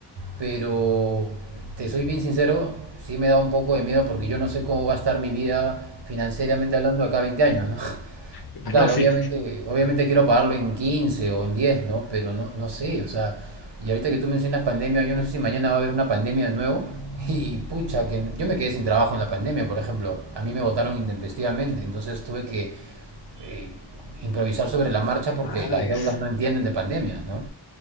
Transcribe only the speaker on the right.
pero te soy bien sincero, sí me da un poco de miedo porque yo no sé cómo va a estar mi vida financieramente hablando acá 20 años, ¿no? <laughs>
Claro,
obviamente, obviamente quiero pagarlo en 15 o en diez ¿no? Pero no, no sé, o sea, y ahorita que tú mencionas pandemia, yo no sé si mañana va a haber una pandemia de nuevo <laughs> y pucha, que yo me quedé sin trabajo en la pandemia, por ejemplo, a mí me votaron intempestivamente, entonces tuve que eh, improvisar sobre la marcha
porque
las deudas no entienden de pandemia, ¿no?